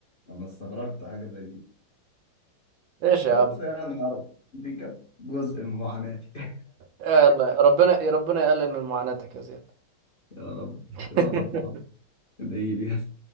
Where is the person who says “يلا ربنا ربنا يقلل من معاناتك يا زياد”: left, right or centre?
Right